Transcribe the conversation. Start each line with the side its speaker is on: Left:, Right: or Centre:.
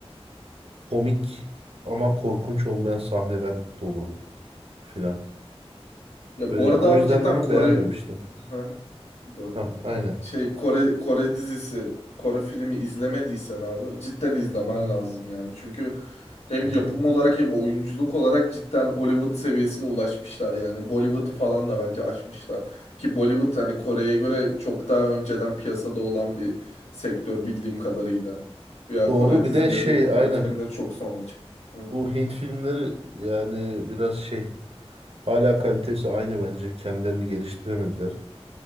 Right: Komik ama korkunç olmayan sahneler dolu filan.
Left: Ya
Right: Böyle
Left: bu arada
Right: o
Left: abi
Right: yüzden
Left: cidden
Right: onu
Left: Kore
Right: beğenmemiştim.
Left: ha böldüm
Right: Ha aynen.
Left: yine. Şey Kore Kore dizisi, Kore filmi izlemediysen abi cidden izlemen
Right: Hı
Left: lazım yani. Çünkü hem
Right: hı.
Left: yapım
Right: hı.
Left: olarak hem oyunculuk olarak cidden Hollywood seviyesine ulaşmışlar yani. Bollywood'u falan da bence aşmışlar. Ki Bollywood hani Kore'ye göre çok daha önceden piyasada olan bir sektör bildiğim kadarıyla. Ya
Right: Doğru
Left: Kore
Right: bir
Left: dizileri,
Right: de şey
Left: Kore
Right: aynen.
Left: filmleri çok sonra çıktı. Hı.
Right: Bu Hint filmleri yani biraz şey hala kalitesi aynı bence. Kendilerini geliştiremediler.